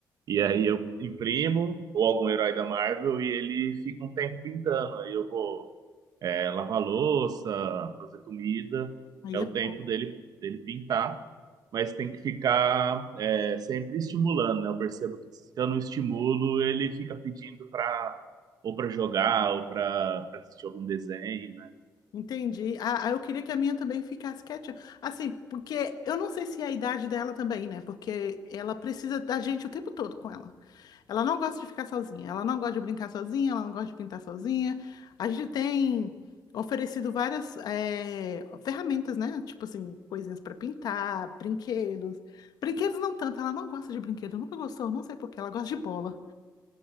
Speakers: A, on the right (about 70°); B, on the left (about 75°).
A: e aí eu imprimo ou algum herói da Marvel e ele fica um tempo pintando. Aí eu vou é, lavar louça, fazer comida,
B: Aí
A: é o
B: é
A: tempo
B: bom.
A: dele, dele pintar, mas tem que ficar é, sempre estimulando, né? Eu percebo que se eu não estimulo, ele fica pedindo para ou para jogar ou para assistir algum desenho, né?
B: Entendi. Ah, ah, eu queria que a minha também ficasse quietinha. Assim, porque eu não sei se é a idade dela também, né? Porque ela precisa da gente o tempo todo com ela. Ela não gosta de ficar sozinha, ela não gosta de brincar sozinha, ela não gosta de pintar sozinha. A gente tem oferecido várias eh, ferramentas, né? Tipo assim, coisinhas para pintar, brinquedos. Brinquedos não tanto, ela não gosta de brinquedo, nunca gostou, não sei por quê, ela gosta de bola.